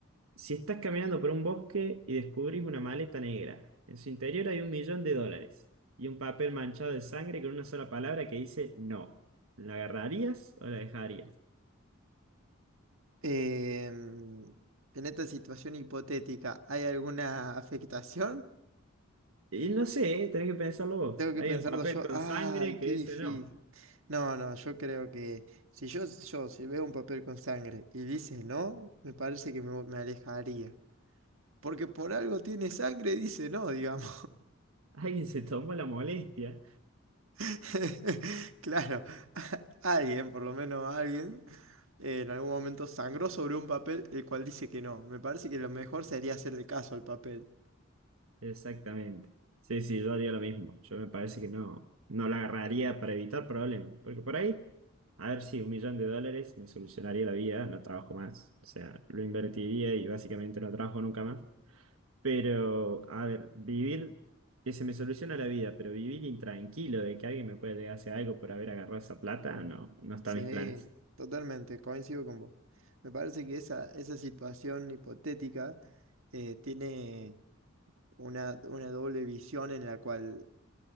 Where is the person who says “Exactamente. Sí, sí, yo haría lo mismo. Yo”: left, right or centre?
Right